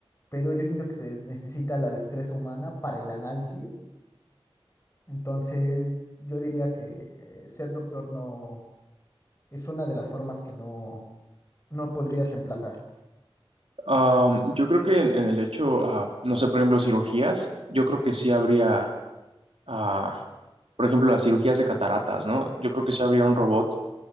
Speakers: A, on the left; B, on the right.
A: pero yo siento que se necesita la destreza humana para el análisis Entonces, yo diría que eh, ser doctor no es una de las formas que no, no podrías reemplazar.
B: Am, yo creo que en, en el hecho, ah, no sé, por ejemplo, cirugías, yo creo que sí habría, ah, por ejemplo, las cirugías de cataratas, ¿no? Yo creo que sí habría un robot